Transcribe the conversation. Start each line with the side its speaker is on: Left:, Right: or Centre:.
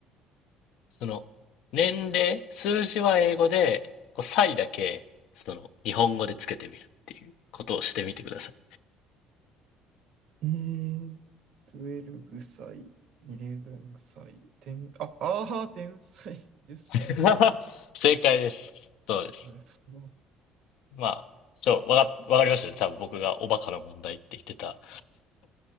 Left: その、年齢、数字は英語で、こう、歳だけ、その、日本語でつけてみるっていうことをしてみてください。
Right: えー、12歳、11歳、10、あ、あー、天才、10歳。
Left: <laughs> 正解です。そうです。
Right: なるほど。
Left: まあ、そう、わか、わかりましたね。多分僕がおバカな問題って言ってた。